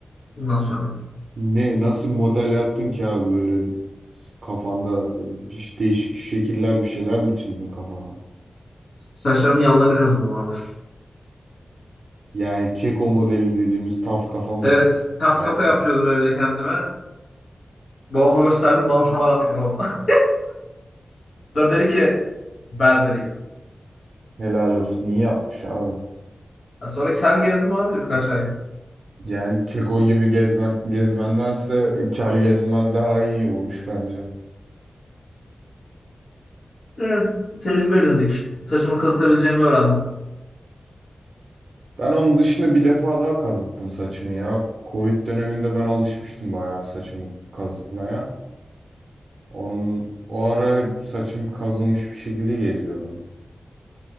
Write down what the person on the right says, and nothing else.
Ne nasıl bir model yaptın ki abi böyle kafanda bir- değişik şekiller bir şeyler mi çizdin kafana?
Yani keko modeli dediğimiz tas kafa mı
yap,
yaptın?
Helal olsun iyi yapmış abi.
Yani keko gibi gezmen, gezmendense e, kel gezmen daha iyi olmuş bence.
Ben onun dışında bir defa daha kazıttım saçımı ya. Covid döneminde ben alışmıştım bayağı saçımı kazıtmaya. Onun, o ara hep saçım kazınmış bir şekilde geziyordum.